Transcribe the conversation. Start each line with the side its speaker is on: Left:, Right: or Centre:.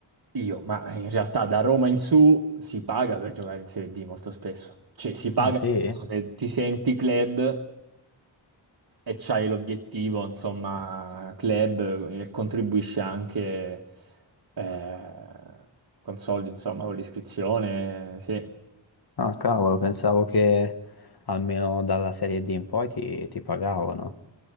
Right: io, ma in realtà da Roma in su si paga per giocare in Serie D molto spesso. Cioè, si paga
Left: Ah sì?
Right: nel senso che ti senti club e c'hai l'obiettivo, insomma, club e contribuisci anche eh, con soldi, insomma, con l'iscrizione, sì.
Left: Ah cavolo, pensavo che almeno dalla Serie D in poi ti, ti pagavano.